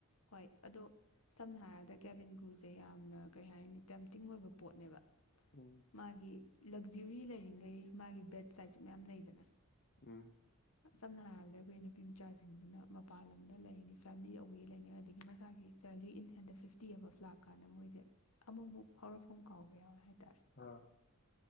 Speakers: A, on the left; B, on the left.
A: ꯍꯣꯏ ꯑꯗꯣ ꯁꯝꯅ ꯍꯥꯏꯔꯕ ꯍ ꯗ ꯀꯦꯕꯤꯟ ꯭ꯔꯨꯁꯦ ꯌꯥꯝꯅ ꯀꯩ ꯍꯥꯏꯅꯤ ꯇꯦꯝꯇꯤꯡ ꯑꯣꯏꯕ ꯄꯣꯠꯅꯦꯕ
B: ꯎꯝ
A: ꯃꯥꯒꯤ ꯂꯛꯖꯨꯔꯤ ꯂꯩꯔꯤꯉꯩ ꯃꯥꯒꯤ ꯕꯦꯠ ꯁꯥꯏꯠꯁꯨ ꯃꯌꯥꯝ ꯂꯩꯗꯅ
B: ꯑꯝ
A: ꯁꯅꯥꯔꯗ ꯑꯩꯕꯣꯏ ꯅꯨꯄꯤ ꯃꯆꯥꯁꯤꯡꯗꯨꯅ ꯃꯄꯥꯟ ꯂꯝꯗ ꯂꯩꯔꯤꯅꯤ ꯐꯦꯃꯤꯂꯤ ꯑꯧꯕꯒꯤ ꯂꯩꯔꯤꯅꯤꯩ ꯑꯗꯒꯤ ꯃꯁꯥꯒꯤ ꯁꯦꯂꯔꯤ ꯏꯟ ꯍꯦꯟꯗ ꯐꯤꯐꯇꯤ ꯑꯃꯐ ꯂꯥꯛꯀꯥꯟꯗ ꯃꯣꯏꯁꯦ ꯑꯃꯨꯛꯃꯨꯛ ꯍꯧꯥꯎꯔꯛꯐꯝ ꯀꯥꯎꯕ ꯌꯥꯎꯋꯦ ꯍꯥꯏꯇꯥꯔꯦ
B: ꯑꯥ